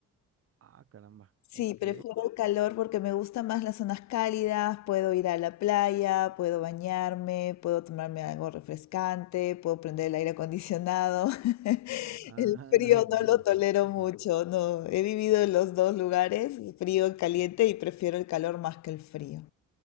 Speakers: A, on the right; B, on the left.
A: Ah, caramba,
B: Sí,
A: ok.
B: prefiero el calor porque me gustan más las zonas cálidas, puedo ir a la playa, puedo bañarme, puedo tomarme algo refrescante, puedo prender el aire acondicionado. <laughs>
A: Ah,
B: El frío
A: <laughs> bueno,
B: no lo tolero mucho,
A: ok.
B: no. He vivido en los dos lugares, frío y caliente, y prefiero el calor más que el frío.